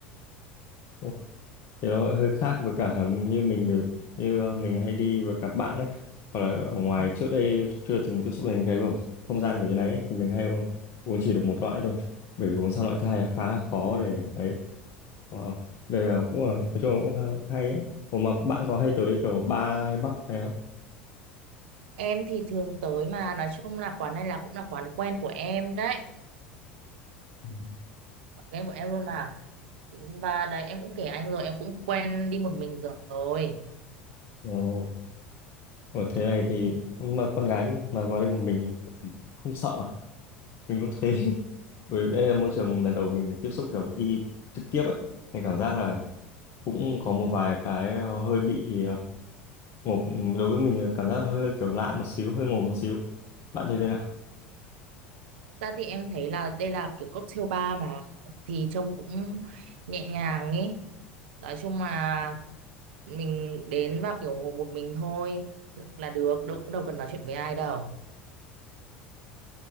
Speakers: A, on the left (about 40°); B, on the right (about 60°).
A: Ờ, thì nó hơi khác với cả như mình được- như ờ, mình hay đi với các bạn ấy hoặc là ở ngoài
B: Ừ.
A: trước đây chưa từng tiếp xúc đến cái không không gian kiểu như này ấy, thì mình hay u- uống chỉ được một loại thôi bởi vì uống sang loại thứ hai là khá khó để ấy wow. đây là cũng là nói chung là cũng hay, hay ấy Ủa mà bạn có hay tới kiểu bar hay pub hay không
B: Em thì thường tới mà nói chung là quán này là cũng là quán quen của em đấy,
A: Ừ.
B: quán quen của em luôn mà. Và đấy em cũng kể anh rồi, em cũng quen đi một mình rồi.
A: Ồ, ở thế này thì nhưng mà con gái mà vào đây một mình thì cũng không sợ mình cũng thế <laughs> bởi vì đây là môi trường lần đầu mình tiếp xúc kiểu đi trực tiếp ấy mình cảm giác là cũng có một vài cái ờ, hơi bị ờ, ngộp đối với mình là cảm giác hơi, hơi kiểu lạ một xíu hơi ngộp một xíu bạn thấy thế nào
B: Ra thì em thấy là đây là kiểu cocktail bar mà thì trông cũng nhẹ nhàng ấy. Nói chung là mình đến và kiểu ngồi một mình thôi là được, đâu cũng đâu cần nói chuyện với ai đâu.